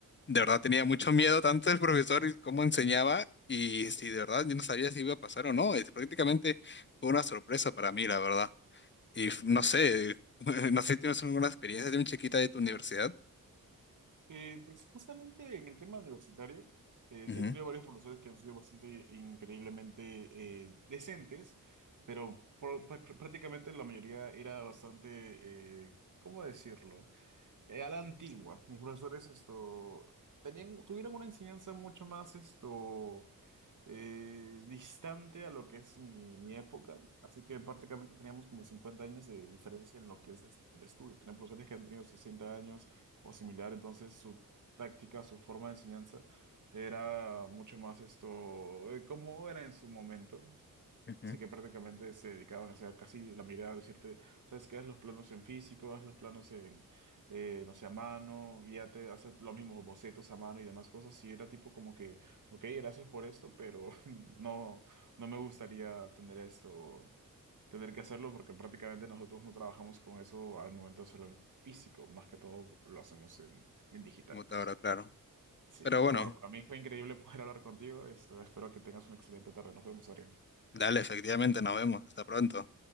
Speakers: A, on the left (about 35°); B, on the right (about 60°).
A: de verdad tenía mucho miedo tanto del profesor y cómo enseñaba. Y si de verdad yo no sabía si iba a pasar o no, es prácticamente fue una sorpresa para mí, la verdad. Y f- no sé, <laughs> no sé si tienes alguna experiencia de un chiquita de tu universidad.
B: Eh, pues justamente en el tema universitario, eh,
A: Ujú,
B: he tenido varios profesores que han sido bastante increíblemente eh, decentes, pero por- pr- prácticamente la mayoría era bastante, eh, ¿cómo decirlo? Eh, a la antigua. Mis profesores esto, tenían, tuvieron una enseñanza mucho más esto. eh, distante a lo que es mi, mi época, así que prácticamente teníamos como 50 años de diferencia en lo que es es- el estudio. Tenía profesores que han tenido 60 años o similar, entonces su táctica, su forma de enseñanza era mucho más esto, eh, como era en su momento.
A: ujú.
B: Así que prácticamente se dedicaban a hacer casi la mirada, decirte, ¿sabes qué? Haz los planos en físico, haz los planos en, eh, no sé, a mano, y ya te haces los mismos bocetos a mano y demás cosas. Y era tipo como que, ok, gracias por esto, pero <laughs> no, no me gustaría tener esto, tener que hacerlo, porque prácticamente nosotros no trabajamos con eso al momento de hacerlo en físico, más que todo lo hacemos en, en digital,
A: Como
B: pues.
A: te habrá claro.
B: Sí,
A: Pero
B: pero
A: bueno,
B: bueno, para mí fue increíble <laughs> poder hablar contigo. Esto, espero que tengas una excelente tarde. Nos vemos, Arián.
A: dale, efectivamente, nos vemos. Hasta pronto.